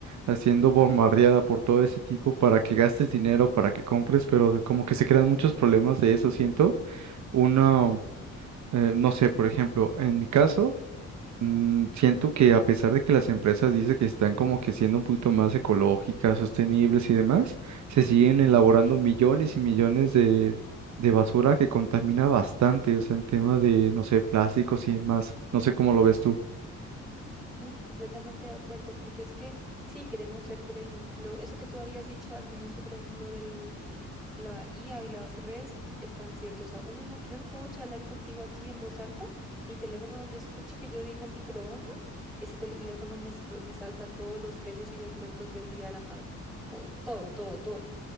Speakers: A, on the right; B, in the centre.
A: haciendo bombardeada por todo ese tipo para que gastes dinero, para que compres, pero como que se crean muchos problemas de eso, siento. Uno. Eh, no sé, por ejemplo, en mi caso, mm, siento que a pesar de que las empresas dicen que están como que siendo un poquito más ecológicas, sostenibles y demás, se siguen elaborando
B: Sí,
A: millones y millones de, de basura que contamina bastante, o sea, en temas de, no sé, plásticos y demás. No sé cómo lo ves tú.
B: no, completamente de acuerdo, porque es que sí queremos ser, por ejemplo, eso que tú habías dicho al inicio, por ejemplo, del, la IA y las redes están ciertas. O sea, uno no, yo no puedo charlar contigo aquí en voz alta. Mi teléfono donde escuche que yo digo microondas, ese teléfono me, s- me salta todos los precios y descuentos del Día de la Madre. O todo, todo, todo.